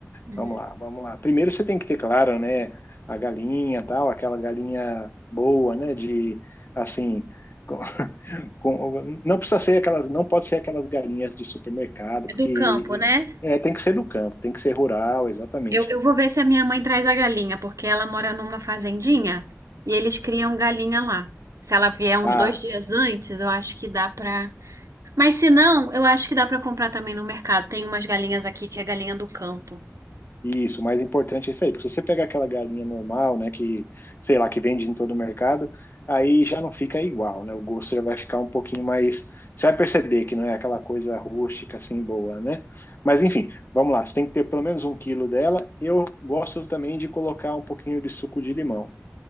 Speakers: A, on the right (about 80°); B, on the left (about 45°).
A: Uhum.
B: Vamos lá, vamos lá. Primeiro você tem que ter claro, né? A galinha, tal, aquela galinha boa, né? De assim, com- <laughs> com- não precisa ser aquelas, não pode ser aquelas galinhas de supermercado,
A: É
B: porque
A: do campo, né?
B: é, tem que ser do campo, tem que ser rural, exatamente.
A: Eu, eu vou ver se a minha mãe traz a galinha, porque ela mora numa fazendinha e eles criam galinha lá. Se ela vier uns
B: Ah.
A: dois dias antes, eu acho que dá pra. Mas se não, eu acho que dá pra comprar também no mercado. Tem umas galinhas aqui que é galinha do campo.
B: Isso, o mais importante é isso aí, porque se você pegar aquela galinha normal, né, que, sei lá, que vende em todo o mercado, aí já não fica igual, né? O gosto já vai ficar um pouquinho mais. Você vai perceber que não é aquela coisa rústica assim boa, né? Mas enfim, vamos lá, você tem que ter pelo menos um quilo dela. Eu gosto também de colocar um pouquinho de suco de limão.